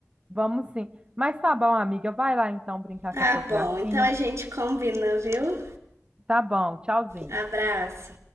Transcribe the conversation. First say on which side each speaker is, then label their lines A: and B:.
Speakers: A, on the right (about 20°); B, on the right (about 65°).
A: vamos sim. Mas tá bom, amiga, vai lá então brincar
B: Tá
A: com as suas
B: bom,
A: gatinhas.
B: então a gente combina, viu?
A: Tá bom, tchauzinho.
B: Abraço.